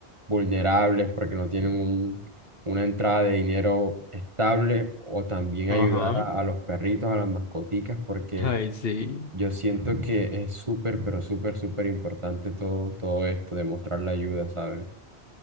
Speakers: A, on the right; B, on the left.
A: vulnerables porque no tienen un- una entrada de dinero estable o también
B: Ajá.
A: ayudar a, a los perritos, a las mascoticas, porque
B: Ay, sí.
A: yo siento que es súper, pero súper, súper importante todo, todo esto, demostrar la ayuda, ¿sabes?